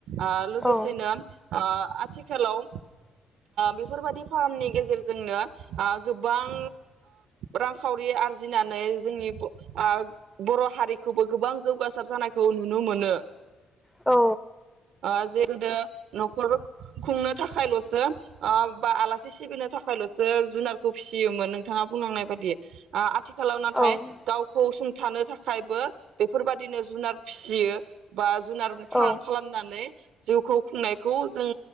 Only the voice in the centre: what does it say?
औ
औ।
औ
औ